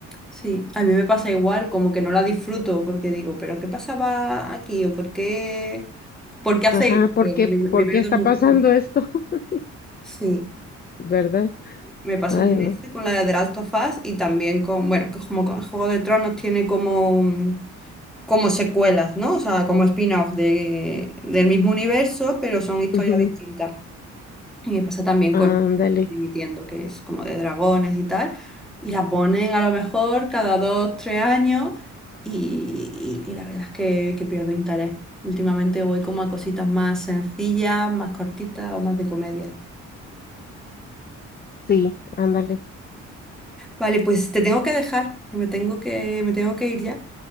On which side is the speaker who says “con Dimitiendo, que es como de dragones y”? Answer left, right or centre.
Centre